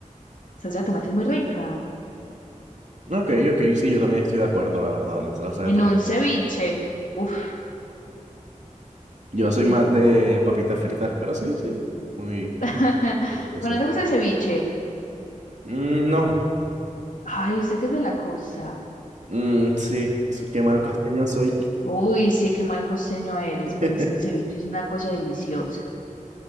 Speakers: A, on the left; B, on the right.
A: Salsa de tomate es muy rica.
B: Ok, ok, sí, yo también estoy de acuerdo, la verdad, la salsa de
A: En
B: tomate.
A: un ceviche.
B: Vale.
A: Uf,
B: Yo
A: qué rico.
B: soy más de papitas fritas, pero sí, sí, muy
A: <laughs>
B: delicioso.
A: Bueno, ¿no ¿te gusta el ceviche?
B: Mm, no,
A: Ay, usted que es de la costa.
B: Mm, sí, qué mal costeño soy.
A: Uy, sí, qué mal costeño eres,
B: <laughs>
A: porque es que el ceviche es una cosa deliciosa.